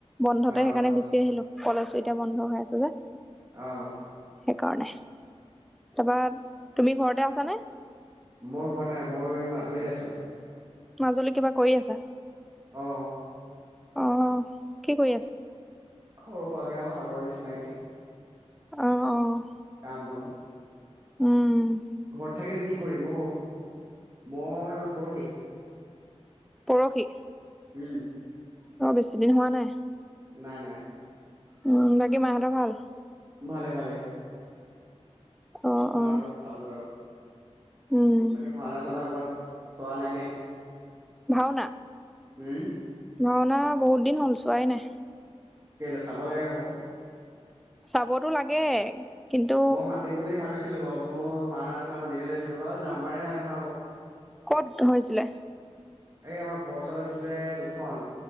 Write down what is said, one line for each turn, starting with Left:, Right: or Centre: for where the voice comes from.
Centre: বন্ধতে
Right: অ
Centre: সেইকাৰণে গুচি আহিলো কলেজো এতিয়া বন্ধ হৈ আছে যে।
Right: অঁ!
Centre: সেইকাৰণে তাপা তুমি ঘৰতে আছানে?
Right: মই ঘৰত নাই মই মাজুলীত আছোঁ।
Centre: মাজুলি কিবা কৰি আছা?
Right: অঁ!
Centre: অঁ কি কৰি আছে?
Right: সৰু সোৱাকৈ আৰু আগৰ নিচিনাকে।
Centre: অঁ অঁ!
Right: কাম বন।
Centre: উমঁ!
Right: ঘৰত থাকিনো কি কৰিম অঁ মই পৰহি-
Centre: পৰখি।
Right: উমঁ!
Centre: অঁ বেছি দিন হোৱা নাই।
Right: নাই নাই।
Centre: উমঁ বাকী মা হঁতৰ ভাল?
Right: ভালে ভালে।
Centre: অঁ
Right: মাহঁতৰ
Centre: অঁ!
Right: ভাল বাৰু
Centre: উমঁ!
Right: বাকী ভাওনা চাওনা ক'ৰবাত চোৱা নাই নে?
Centre: ভাওনা-
Right: উমঁ!
Centre: ভাওনা বহুত দিন হ'ল চোৱাই নাই।
Right: কেলে চাব লাগে আক।
Centre: চাবতো লাগে- কিন্তু
Right: মই মাতিম বুলি ভাবিছিলো বাৰু মোৰ ভাও না আছিলে মই নিজে লৈছিলো বাৰু নাম্বাৰে নাই নহয় আক।
Centre: ক'ত হৈছিলে?
Right: এই আমাৰ ঘৰৰ ওচৰত আছিলে দুখন